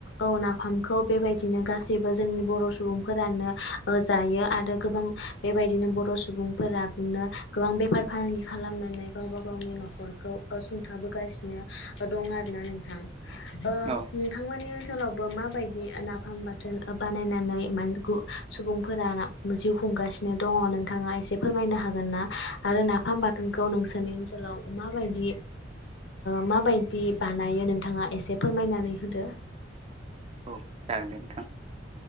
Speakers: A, on the left; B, on the right.
A: औ नाफामखौ बेबायदिनो गासैबो जोंनि बर' सुबुंफोरानो। ओ जायो आरो गोबां। बेबायदिनो बर' सुबुंफोबनो गोबां बेफार फालांगि खालामनानै गावबा गावनि न'खरखौ। सुंथाबोगासिनो दं आरोना नोंथां। ओ नोंथांमोननि
B: औ
A: ओनसोलावबो मा। बायदि नाफाम बाथोन बानायनानै माने सुबुंफोरा जिउ खुंगासिन। दङ नोंथाङा एसे फोरमायनो हागोन ना आरो नाफाम बाथोनखौ नोंसोरनि ओनसोलाव मा बायदि। माबायदि बानायो नोंथाङा एसे फोरमायनानै होदो
B: औ जागोन दे नोंथां